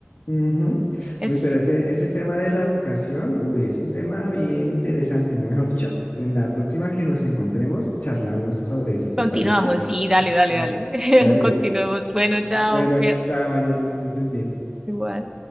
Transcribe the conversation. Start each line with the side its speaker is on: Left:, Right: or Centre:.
Left: Ujú.
Right: es...
Left: Uy, pero ese, ese tema de la educación, uy, es un tema bien interesante, ¿no? Mejor dicho, en la próxima que nos encontremos, charlamos sobre eso, ¿te
Right: continuamos,
Left: parece?
Right: sí, dale,
Left: Sí.
Right: dale, dale, <laughs>
Left: Dale.
Right: continuemos, bueno, chao,
Left: Bueno,
Right: cuídate,
Left: chao, Mayerlis, que estés bien.
Right: igual.